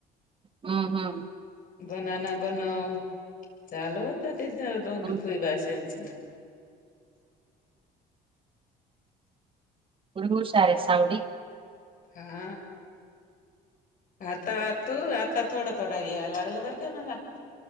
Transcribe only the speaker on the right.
हम्म हम्.
हम्म
गुरुषार आहे सावडी.